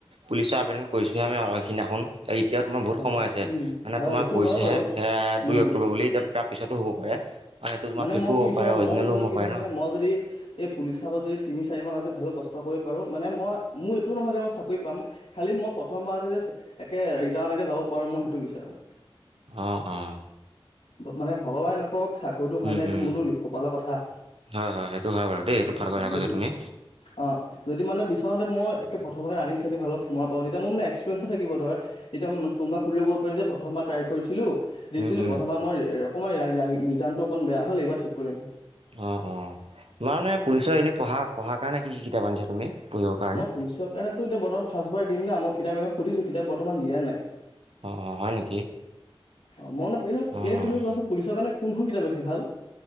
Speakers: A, on the right (about 75°); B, on the left (about 80°).
A: পুলিচৰ আবেদন কৰিছোঁহে আমি এই খিদিনাখন এতিয়াও তোমাৰ বহুত
B: হয়
A: সময়
B: হয়
A: আছে
B: উম
A: মানে
B: হয়
A: তোমাক
B: সেইটো
A: কৈছেহে
B: হয় বাৰু
A: স
B: উম
A: দুই অক্টোবৰ বুলি এতিয়া তাৰ পিছতো হ'ব পাৰে। হেইটো তোমাৰ
B: মানে
A: ফেকো
B: মই কি
A: হ'ব
B: বিচাৰো
A: পাৰে অৰিজিনেলো
B: মই বিচাৰো
A: হ'ব
B: কি
A: পাৰে
B: জানানে
A: ন!
B: মই যদি এই পুলিৰ আগত যদি তিনি চাৰি মান আজি ভালকে কষ্ট কৰিব পাৰো মানে মই মোৰ এইটো নহয় যে মই চাকৰি পাম খালী মই প্ৰথমবাৰতে যে একে ৰিটাৰ্ণলৈকে যাব পাৰোঁ মই সেইটো বিচাৰোঁ।
A: অ', অ'।
B: মানে ভগৱানে নকওক চাকৰিতটো হয়
A: উম,
B: নাই
A: উম,
B: এই মোৰো লি কপালৰ কথা
A: হয় হয় সেইটো হয় বাৰু দেই এইটো ভাল কথা
B: যদি
A: কৈছা তুমি।
B: অ', যদি মানে বিচাৰোতে মই একে প্ৰথমতে ৰানি ভালো পাওঁ তেতিয়া মানে একসপিৰিয়ঞ্চে থাকিব ধৰা এতিয়া কোনোবাৱে সোধিলেও কব পাৰিম যে প্ৰথম বা ট্ৰাই কৰিছিলো দিছিল
A: অঁ
B: প্ৰথম
A: অঁ
B: বা মই অকণমান ৰিটাণটো অকণ বেয়া হ'ল এইবাৰ ঠিক কৰিম।
A: অ', অ', তোমাৰ মানে পুলিচৰ এনেই পঢ়া পঢ়াৰ কাৰণে কি কি কিতাপ আনিছা তুমি? পঢ়িবৰ কাৰণে
B: মই পুলিচৰ কাৰণেতো এতিয়া বৰ্তমান ফাৰ্ষবাৰ দিম না মই কিতাপ এনেই সুধিছোঁ কিতাপ বৰ্তমান দিয়া নাই।
A: অ', অ', হয় নেকি?
B: অ', মই অলপ এনে
A: অঁ
B: এনে
A: অঁ
B: তুমি কোৱাছোন পুলিচৰ কাৰণে কোনখন কিতাপ বেছি ভাল?